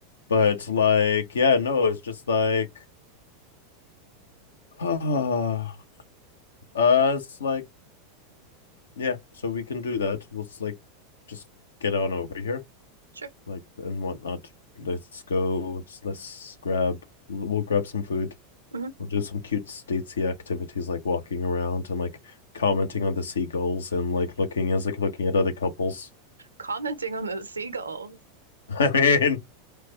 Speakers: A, on the left; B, on the right.
A: But like, yeah, no, it's just like, <sighs> ah, uh, it's like, yeah, so we can do that. We'll like just get on over here,
B: Sure.
A: like and whatnot. Let's go. Let's, let's grab. We'll grab some food.
B: hmm
A: We'll do some cute statesy activities like walking around and like commenting on the seagulls and like looking as like looking at other couples.
B: Commenting on the seagulls.
A: <laughs> I mean,